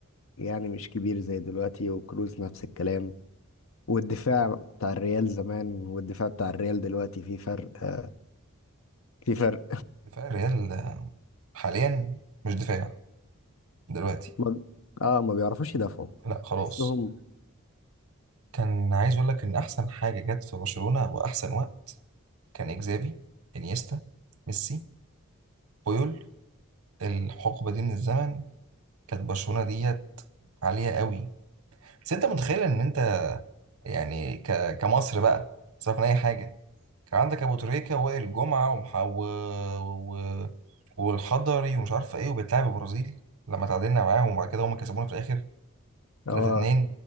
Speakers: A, on the left (about 70°); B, on the right (about 85°).
A: يعني مش كبير زي دلوقتي وكروز نفس الكلام والدفاع بتاع الريال زمان والدفاع بتاع الريال دلوقتي في فرق آه، في فرق
B: دفاع الريال حاليا مش دفاع دلوقتي
A: ما اه ما بيعرفوش يدافعوا
B: لا خلاص
A: تحسهم
B: كان عايز اقول لك ان احسن حاجه جت في برشلونه واحسن وقت كان إجزافي إنيستا ميسي بويول الحقبة دي من الزمن كانت برشلونة ديت عالية قوي بس أنت متخيل إن أنت يعني ك... كمصر بقى سيبك من أي حاجة كان عندك أبو تريكة ووائل جمعة ومح... و... و... والحضري ومش عارف إيه وبتلعب البرازيل لما تعادلنا معاهم وبعد كده هما كسبونا في الآخر
A: اه
B: 3-2